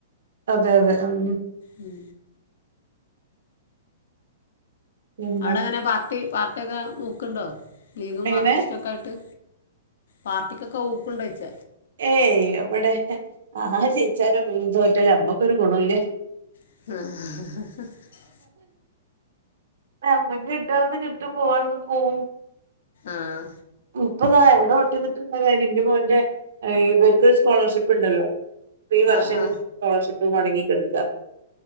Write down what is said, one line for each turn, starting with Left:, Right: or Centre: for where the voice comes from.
Right: അതെ അതെ അം
Left: ഉം
Right: പിന്നെ
Left: അവടെ എങ്ങനെ പാർട്ടി പാർട്ടി ഒക്ക ഊക്ക്ണ്ടോ ലീഗും
Right: എങ്ങനെ
Left: മാർക്കിസ്റ്റൊക്ക ആയ്ട്ട് പാർട്ടികൊക്ക ഊക്ക്ണ്ടൊയ്ച്ച
Right: ഏയ് എവടെ ആര് ജയിച്ചാലും തോറ്റാലും ഞമ്മക്കൊരു ഗുണോല്ല
Left: <inaudible>
Right: ഞമ്മക്ക് കിട്ടാള്ളത് കിട്ടും പോവള്ളത് പോകും
Left: ആഹ്
Right: ഇപ്പതാ ഏവടെ വോട്ടീതിട്ടും എന്ത കാര്യം ഇന്റെ മോന്റെ ഏഹ് ഇവർക് സ് സ്കോളർഷിപ്പ് ഉണ്ടല്ലോ അപ്പം ഈ വർഷം
Left: ആ ആ
Right: കിട്ടണ്ട സ്കോളർഷിപ്പ് മുടങ്ങി കിടക്കുക